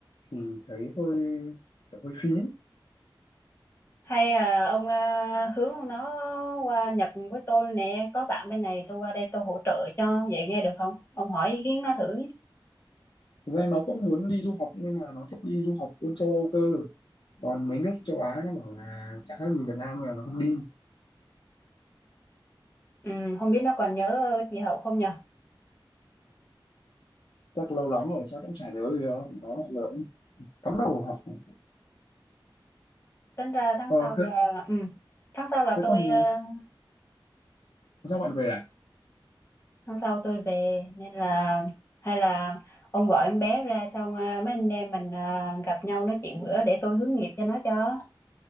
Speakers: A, on the left (about 65°); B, on the left (about 30°).
A: thì thấy hơi kiểu hơi phí
B: hay à, ông à, hướng nó qua Nhật với tôi nè có bạn bên này tôi qua đây tôi hỗ trợ cho vậy nghe được không ông hỏi ý kiến nó thử nhé
A: Thực ra nó cũng muốn đi du học nhưng mà nó thích đi du học bên châu Âu cơ còn mấy nước châu Á nó bảo là chẳng khác gì Việt Nam nên là nó không đi
B: ừ, không biết nó còn nhớ chị Hậu không nhờ
A: chắc lâu lắm rồi chắc cũng chả nhớ gì đâu nó lại lỡ cắm đầu vào học
B: tính ra tháng
A: ờ
B: sau
A: thế
B: là ừ, tháng sau là
A: thế
B: tôi
A: còn
B: ờ,
A: sao bạn về à
B: tháng sau tôi về nên là hay là ông gọi em bé ra xong ờ, mấy anh em mình ờ, gặp nhau nói chuyện bữa để tôi hướng nghiệp cho nó cho